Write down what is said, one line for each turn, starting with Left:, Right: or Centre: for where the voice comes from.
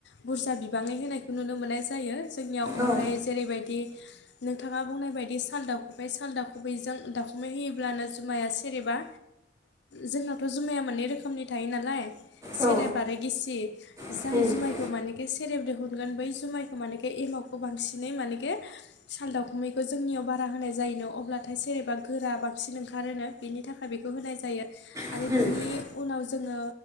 Left: बुरजा बिबाङै होनायखौ नुनो मोननाय जायो। जोंनियाव ओमफ्राय
Right: औ
Left: जेरैबायदि नों थाङा बुंनाय बायदि साल दाखुबै साल दाखुबैजों दावाखुमै होयोब्लानो जुमाया सेरेबा जोंनावथ' जुमाया मोननै रोखोमनि थायो नालाय सेरेब
Right: औ उम
Left: आरो गिसि
Right: उम
Left: जाय
Right: उम उम
Left: जुमायखौ
Right: उम
Left: मानेखे सेरेब दिहुनगोन बै जुमायखौ मानेखे एमावखौ बांसिनै मानेखे साल दाउखुमैखौ जोंनियाव बारा होनाय जायोनो अब्लाथाय सोरेबा गोरा बांसिन ओंखारोनो बेनि थाखाय बेखौ बेखौ होनाय जायो
Right: उम
Left: आरो
Right: उम
Left: बिनि
Right: औ उम औ उम
Left: उनाव जोङो